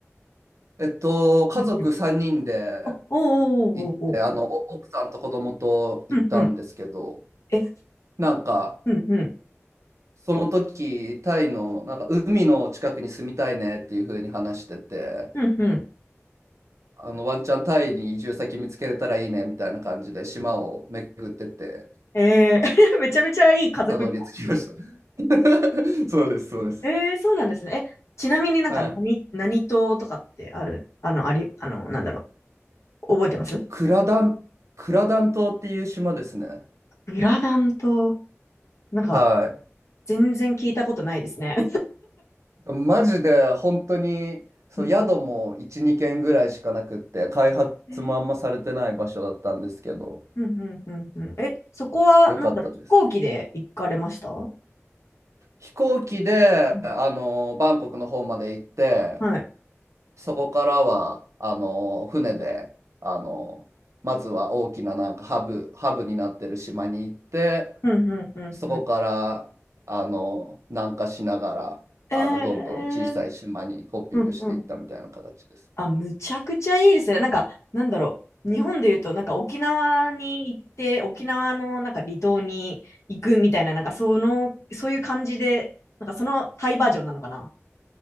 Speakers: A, on the right; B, on the left.
A: えっと、家族3人で
B: うんうんあ、おーおーおーおーおー。
A: 行って、あの、奥さんと子供と行ったんですけど、
B: うんうん。え、
A: なんか、
B: うんうん。
A: その時、タイの、なんか、海の近くに住みたいねっていう風に話してて、
B: うんうん。
A: あの、ワンチャンタイに移住先見つけれたらいいねみたいな感じで、島を巡ってって、
B: えー、<laughs> めちゃめちゃいい家族旅行ですね。
A: たどり着きました。<laughs> そうです、そうです。
B: えー、そうなんですね。え、ちなみになんか何、
A: はい。
B: 何島とかってある、あの、あり、あの、なんだろう、覚えてます
A: クラダン、クラダン島っていう島ですね。
B: グラダン島、なんか、
A: は
B: 全然聞いたことないですね。
A: い。マジで本当に、そう、
B: <laughs> うん、
A: 宿も1、2軒ぐらいしかなくって、開発もあんまされてない場所だったんですけど、
B: うん、うん、うん。うんうんえ、そこは、
A: よかったです。
B: なんだろう、飛行機で行かれましたう
A: 飛行機で、
B: ん
A: あの、バンコクの方まで行って、
B: はい。
A: そこからは、あの、船で、あの、まずは大きななんかハブ、ハブになってる島に行って、
B: うん、うん、うん、
A: そこからあの南下しながらあのどんどん小さい島にホッピングしていったみたいな形ですね。
B: うん。えー、うん、うん。あ、むちゃくちゃいいですね。なんか、なんだろう。
A: うん
B: 日本で言うと、なんか沖縄に行って、沖縄のなんか離島に行くみたいな、なんかその、そういう感じで、なんかそのタイバージョンなのかな。